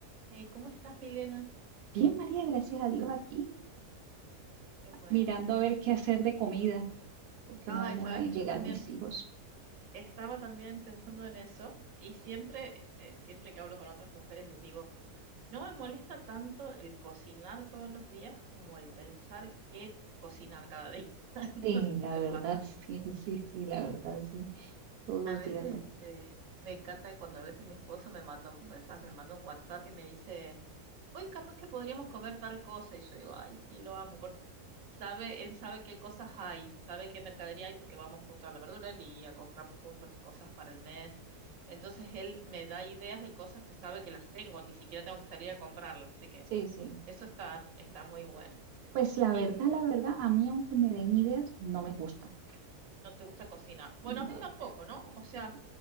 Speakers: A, on the right; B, on the right.
A: Hey, ¿cómo estás, Milena?
B: Bien, María, gracias a Dios aquí,
A: Qué bueno.
B: mirando a ver qué hacer de comida, porque
A: Ah,
B: no demora
A: Ay, sabes
B: en
A: que
B: llegar
A: yo también
B: mis hijos.
A: estaba también pensando en eso y siempre, este, siempre que hablo con otras mujeres les digo, no me molesta tanto el cocinar todos los días como el pensar qué cocinar cada día. <laughs>
B: Sí,
A: No sé
B: la
A: si te
B: verdad,
A: pasa.
B: <laughs> sí, sí, sí, la verdad, sí. Todos los
A: A veces,
B: días lo.
A: este, me encanta cuando a veces mi esposo me manda un mensaje, me manda un WhatsApp y me dice hoy capaz que podríamos comer tal cosa. Y yo digo, ay, sí, lo amo, porque sabe, él sabe qué cosas hay, sabe qué mercadería hay porque vamos juntos a la verdulería, compramos juntos las cosas para el mes. Entonces él me da ideas de cosas que sabe que las tengo, ni siquiera tengo que salir a comprarlas. Así que
B: Sí, sí.
A: eso está, está muy bueno.
B: Pues la
A: Y
B: verdad,
A: mm,
B: la verdad, a mí aunque me den ideas, no me gusta.
A: no te gusta cocinar. Bueno,
B: No,
A: a mí tampoco,
B: no,
A: ¿no? O sea,
B: es que-